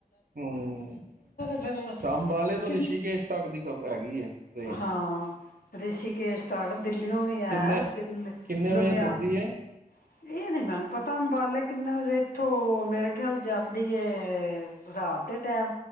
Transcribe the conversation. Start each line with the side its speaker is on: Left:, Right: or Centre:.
Right: ਹੂੰ
Left: ਫਿਰ
Right: ਸ ਅੰਬਾਲੇ ਤੋਂ
Left: ਕਿ
Right: ਰਿਸ਼ੀਕੇਸ਼ ਤੱਕ ਦੀ ਹੈਗੀ ਹੈ ਟ੍ਰੇਨ।
Left: ਹਾਂ ਰਿਸ਼ੀਕੇਸ਼ ਤੱਕ ਦਿੱਲੀਓ ਵੀ ਹੈ
Right: ਕਿੰਨੇ
Left: ਦਿੱਲੀ
Right: ਕਿੰਨੇ ਵਜੇ
Left: ਲੁਧਿਆਣਾ
Right: ਤੁਰਦੀ ਹੈ
Left: ਇਹ ਨੀ ਮੈਨੂੰ ਪਤਾ ਅੰਬਾਲੇ ਕਿੰਨੇ ਵਜੇ ਇੱਥੋਂ ਮੇਰੇ ਖਿਆਲ ਜਾਂਦੀ ਰਾਤ ਦੇ ਟੈਮ